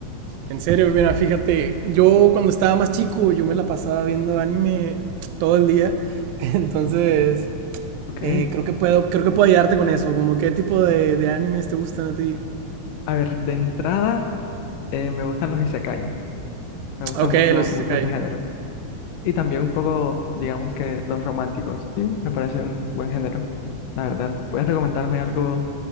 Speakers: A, on the right; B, on the left.
A: En serio, mira, fíjate, yo cuando estaba más chico, yo me la pasaba viendo anime todo el día, <laughs> entonces
B: Ok.
A: eh, creo que puedo, creo que puedo ayudarte con eso, como qué tipo de, de animes te gustan a ti.
B: A ver, de entrada, eh, me gustan los isekai. Me gustan
A: Ok,
B: mucho,
A: los
B: mucho
A: isekai.
B: ese género. Y también un poco, digamos que los románticos, sí, me parece un buen género. La verdad, ¿puedes recomendarme algo